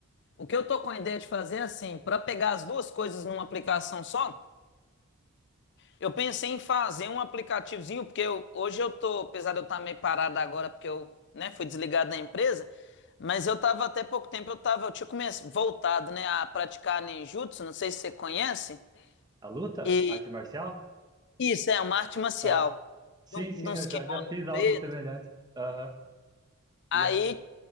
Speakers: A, on the left; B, on the right.
A: O que eu tô com a ideia de fazer é assim, para pegar as duas coisas numa aplicação só, eu pensei em fazer um aplicativozinho, porque eu- hoje eu tô, apesar de eu estar meio parado agora, porque eu, né, fui desligado da empresa, mas eu tava até pouco tempo, eu tava, eu tinha começado, voltado, né, a praticar ninjutsu, não sei se você conhece,
B: A luta?
A: e
B: Arte marcial?
A: isso é uma arte marcial,
B: Ah, sim,
A: de, um-
B: sim,
A: de uns
B: eu já,
A: kimono
B: já fiz algo
A: preto,
B: semelhante. Aham, eu
A: aí
B: já, eu